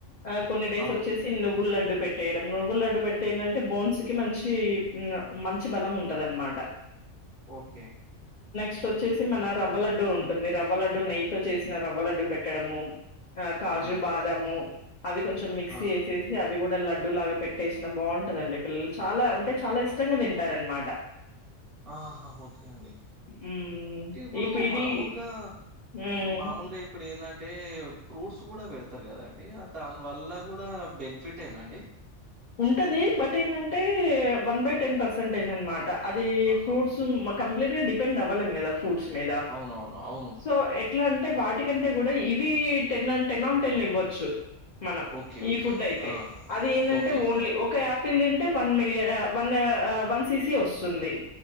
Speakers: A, on the left (about 55°); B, on the right (about 55°).
A: ఆ కొన్ని డేసు
B: అవునండి.
A: నువ్వుల లడ్డు పెట్టేయడం నువ్వుల లడ్డు పెడితే ఏందంటే బోన్సు కి మంచి మంచి బలం ఉంటదన్ మాట
B: ఓకే.
A: స్ట్ వచ్చేసి మన రవ్వ లడ్డు ఉంటుంది రవ్వలడ్డు నెయ్యితో చేసిన రవ్వలడ్డు పెట్టడము ఆ కాజు
B: అవునండి.
A: బాదాము అవి కొంచెం
B: ఆ!
A: తేసేసి అవి గూ దా లడ్డూ లాగా పెట్టేసినా బావుంటదండి పిల్లలు చాలా అంటే చాలా ఇష్టంగా తింటారనమాట
B: ఆహా ఓకే అండి
A: హ్మ్.
B: టి ఇప్పుడు
A: ఇవి
B: మామూలుగా
A: హ్మ్.
B: మామూలుగా ఇప్పుడు ఏందం టే ఫ్రూట్స్ గూడా పెడతారు కదండి దాని వల్ల గూడా బెనిఫిట్ ఏనా అండి
A: ఉంటది
B: అంటే
A: బట్ ఏందంటే వన్ బై టెన్ పర్సంటేజ్ అనమాట అది
B: ఆహా!
A: ఫ్రూట్స్ ఉమ్ కంప్లీట్ గా డిపెండ్ అవ్వలేం గదా ఫ్రూట్స్ మీద
B: అవునవును అవును
A: సో ఎట్లన్ టే వాటికంటే గూడా ఇవి టెన్ టెన్ ఆన్ టెన్ ఇవ్వచ్చు మనం
B: ఓకే
A: ఈ
B: ఓకే
A: ఫుడ్ అయితే
B: ఆ
A: అది ఏందన్
B: ఓకే
A: టే ఓన్లీ ఒక యాపిల్ తింటే వన్ మిలియ ఆ వన్ ఆ ఆ వన్ సి సి వస్తుంది